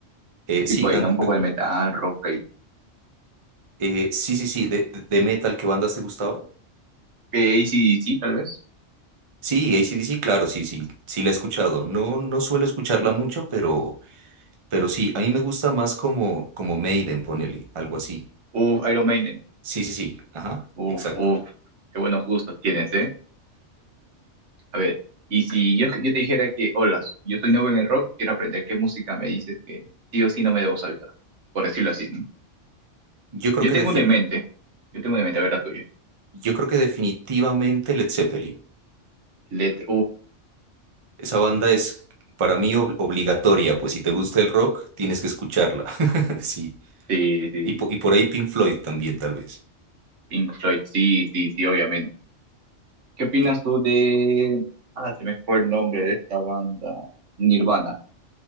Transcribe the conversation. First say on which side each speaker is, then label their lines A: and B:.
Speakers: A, on the right; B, on the right.
A: Eh, sí,
B: tipo ahí,
A: gan-
B: ¿no? Un
A: gan-
B: poco de metal, rock, ahí.
A: eh, sí, sí, sí, de, de metal, ¿qué bandas te gustaban?
B: Eh, AC/DC tal vez.
A: Sí, AC/DC, claro, sí, sí, sí la he escuchado. No, no suelo escucharla mucho, pero, pero sí, a mí me gusta más como, como Maiden, ponele, algo así.
B: Uf, Iron Maiden.
A: Sí, sí, sí. Ajá,
B: Uf,
A: exacto.
B: uf, qué buenos gustos tienes, ¿eh? A ver, y si yo, yo te dijera que, hola, yo soy nuevo en el rock, quiero aprender qué música me dices que sí o sí no me debo saltar, por decirlo así, ¿no?
A: Yo creo
B: Yo
A: que,
B: tengo
A: defi-
B: una en mente, yo tengo una en mente, a ver la tuya.
A: yo creo que definitivamente Led Zeppelin.
B: Let,
A: Esa banda es para mí ob- obligatoria, pues si te gusta el rock, tienes que escucharla. <laughs> Sí.
B: Sí, sí,
A: Y, po- y por ahí Pink Floyd también, tal vez.
B: Pink Floyd, sí, sí, sí, obviamente. ¿Qué opinas
A: Y
B: tú de... Ah, se me fue el nombre de esta banda, Nirvana.